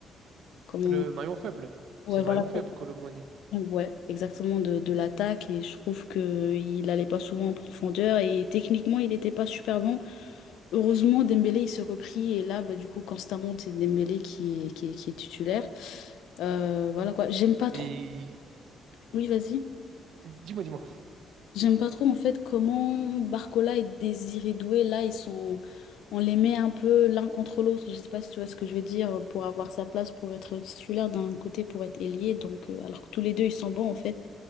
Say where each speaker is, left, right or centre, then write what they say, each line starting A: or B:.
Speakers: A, on the left; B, on the right.
A: Comment.
B: Le maillon faible.
A: Ouais,
B: C'est
A: voilà.
B: le maillon
A: quoi.
B: faible, Colomoni.
A: Ouais, exactement, de, de l'attaque. Et je trouve qu'il allait pas souvent en profondeur. Et techniquement, il n'était pas super bon. Heureusement, Dembélé, il s'est repris. Et là, bah, du coup, constamment, c'est Dembélé qui est, qui est, qui est titulaire. Euh, voilà quoi. J'aime pas
B: Et
A: trop. Oui, vas-y.
B: dis-moi, dis-moi.
A: J'aime pas trop en fait comment Barcola et Désiré Doué, là, ils sont... on les met un peu l'un contre l'autre. Je sais pas si tu vois ce que je veux dire, pour avoir sa place, pour être titulaire d'un côté, pour être ailier. Donc, euh, alors que tous les deux, ils sont bons en fait.